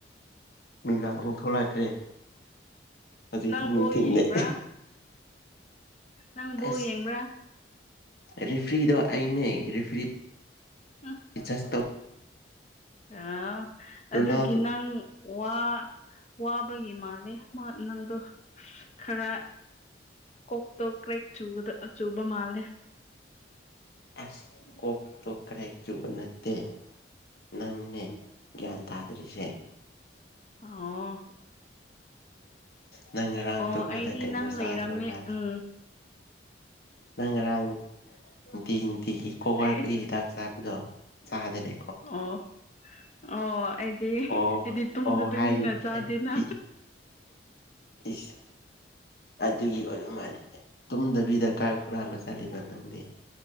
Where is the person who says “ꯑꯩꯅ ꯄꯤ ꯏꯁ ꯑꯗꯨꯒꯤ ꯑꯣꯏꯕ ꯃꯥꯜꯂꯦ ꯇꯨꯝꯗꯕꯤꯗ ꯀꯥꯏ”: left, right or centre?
Left